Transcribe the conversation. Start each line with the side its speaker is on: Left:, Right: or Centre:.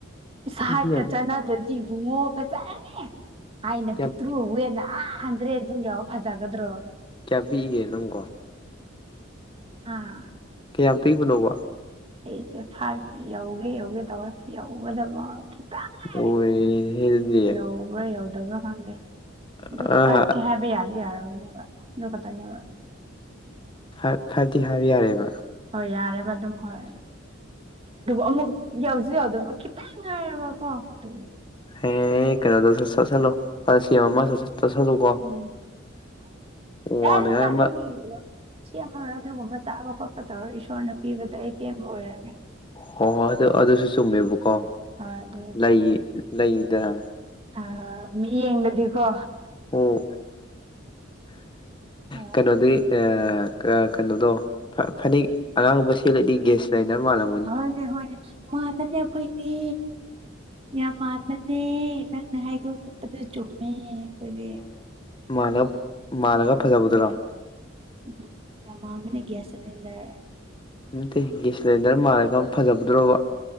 Right: ꯏꯁꯥꯍꯠꯀ
Left: ꯅꯪꯗꯤ ꯌꯥꯝ
Right: ꯆꯠꯅꯗ꯭ꯔꯗꯤ ꯄꯨꯡꯉꯣ ꯐꯖꯑꯅꯦ ꯍꯥꯏꯅ
Left: ꯌꯥꯝ
Right: ꯄꯤꯛꯇ꯭ꯔꯨꯍꯧꯋꯦꯅ ꯑꯥ ꯍꯟꯗ꯭ꯔꯦ ꯑꯗꯨꯝ ꯌꯥꯎ ꯐꯖꯒꯗ꯭ꯔꯣ
Left: ꯀꯌꯥ ꯄꯤꯛꯏꯒꯦ ꯑꯗꯨꯝ ꯀꯣ
Right: ꯑꯥ
Left: ꯀꯌꯥꯝ ꯄꯤꯕꯅꯣꯕ
Right: ꯑꯩꯁꯦ ꯐꯥ ꯌꯧꯒꯦ ꯌꯧꯒꯦ ꯇꯧꯋꯦ ꯌꯧꯒꯗꯕ ꯈꯤꯇ ꯍꯥꯏꯔꯦ
Left: ꯂꯣꯏꯔꯦꯍꯦ ꯑꯗꯨꯗꯤ
Right: ꯌꯧꯕ꯭ꯔꯥ ꯌꯧꯗꯕ꯭ꯔꯥ ꯈꯪꯗꯦ
Left: ꯑꯥ
Right: ꯑꯗꯨꯝ ꯐꯠꯠꯇꯦ ꯍꯥꯏꯕ ꯌꯥꯗ ꯌꯥꯔꯕꯅꯦꯕ ꯑꯗꯨ ꯈꯛꯇꯅꯦꯕ
Left: ꯑꯣ ꯐꯔꯗꯤ ꯍꯥꯕ ꯌꯥꯔꯦꯕ
Right: ꯍꯣꯏ ꯌꯥꯔꯦꯕ ꯑꯗꯨꯝ ꯍꯣꯏ ꯑꯗꯨꯕꯨ ꯑꯃꯨꯛ ꯌꯥꯎꯁꯨ ꯌꯥꯎꯗꯕ ꯈꯤꯇꯪ ꯉꯥꯏꯌꯦꯕꯀꯣ ꯑꯗꯨꯒꯤ
Left: ꯍꯦ ꯀꯩꯅꯗ ꯁ ꯆ ꯆꯂꯣ ꯁꯤꯃ ꯇꯁ ꯂꯒꯣ
Right: ꯎ ꯌꯥꯔꯠꯇ
Left: ꯋꯥꯅꯤꯡꯉꯥꯏ ꯑꯃ
Right: ꯑ ꯁꯤ ꯑꯗꯨꯒꯨꯝꯕ ꯆꯥꯕ ꯈꯣꯠꯄ ꯇꯧꯔ ꯏꯁꯣꯔꯅ ꯄꯤꯕꯗ ꯑꯩ ꯄꯦꯟꯕ ꯑꯣꯏꯔꯒꯦ
Left: ꯍꯣꯏ ꯍꯣꯏ ꯑꯗꯨ ꯑꯗꯨꯁꯨ ꯆꯨꯝꯃꯦꯕꯀꯣ
Right: ꯍꯣꯏ ꯑꯗꯨꯕꯨꯗꯤ
Left: ꯂꯩ ꯂꯩꯗꯅ
Right: ꯑ ꯃꯤ ꯌꯦꯡꯕꯗꯤꯀꯣ
Left: ꯑꯣ
Right: ꯑ
Left: ꯀꯩꯅꯣꯗꯤ ꯑ ꯀꯩꯅꯣꯗꯣ ꯐꯅꯦꯛ ꯑꯉꯥꯡꯕ ꯁꯦꯜꯠꯂꯗꯤ ꯒ꯭ꯌꯥꯁ ꯂꯥꯏꯗꯔ ꯃꯥꯜꯂꯝꯕ
Right: ꯍꯣꯏꯅꯦ ꯍꯣꯏꯅꯦ ꯃꯥꯅꯅꯦ ꯑꯩꯈꯣꯏꯗꯤ ꯌꯥꯝ ꯃꯥꯅꯦ ꯅꯦ ꯅꯪꯅ ꯍꯥꯏꯗꯣꯛ ꯆꯠꯄꯗ ꯆꯨꯝꯃꯦ ꯑꯩꯈꯣꯏꯗꯤ
Left: ꯃꯥꯅ ꯃꯥꯅꯒ ꯐꯖꯕꯗꯨꯔꯣ
Right: ꯎ ꯌꯥꯝꯃ ꯃꯅꯦ ꯭ꯁ ꯁꯤꯂꯤꯗꯔ
Left: ꯅꯠꯇꯦ ꯒꯦꯌꯥꯁ ꯁꯤꯂꯤꯟꯗꯔ ꯃꯥꯜꯂꯒ ꯐꯖꯕꯗꯣꯕ